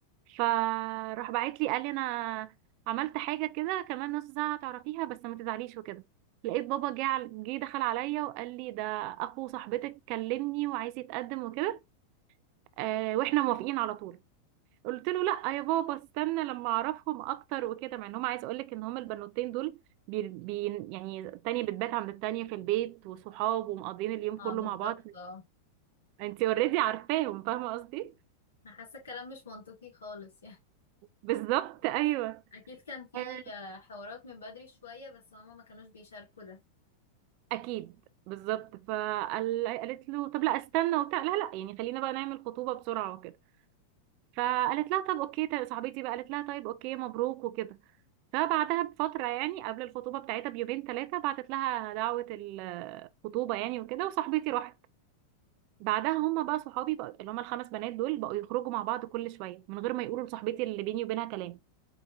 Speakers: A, on the right (about 45°); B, on the left (about 70°).
A: فراح بعت لي قال لي انا عملت حاجه كده كمان نص ساعه هتعرفيها بس ما تزعليش وكده لقيت بابا جه عل- جه دخل عليا وقال لي ده اخو صاحبتك كلمني وعايز يتقدم وكده آه واحنا موافقين على طول قلت له لا يا بابا استنى لما اعرفهم اكتر وكده مع ان هم عايز اقول لك ان هم البنوتين دول بي بي يعني التانية بتبات عند التانية في البيت وصحاب ومقضيين اليوم كله
B: اه بالظبط
A: مع بعض
B: اه
A: انت اوريدي عارفاهم فاهمه قصدي
B: أنا حاسه الكلام مش منطقي خالص يعني
A: بالظبط ايوه
B: <laughs> اكيد كان في
A: آه،
B: آه، حوارات من بدري شويه بس هما ما كانوش بيشاركوا ده
A: اكيد بالظبط فقالت له طب لا استنى وبتاع لا لا يعني خلينا بقى نعمل خطوبه بسرعه وكده فقالت لها طب اوكي طيب صاحبتي بقى قالت لها طيب اوكي مبروك وكده فبعدها بفترة يعني قبل الخطوبة بتاعتها بيومين ثلاثة بعتت لها دعوة الخطوبة يعني وكده وصاحبتي راحت بعدها هما بقى صحابي بقى اللي هما الخمس بنات دول بقوا يخرجوا مع بعض كل شوية من غير ما يقولوا لصاحبتي اللي بيني وبينها كلام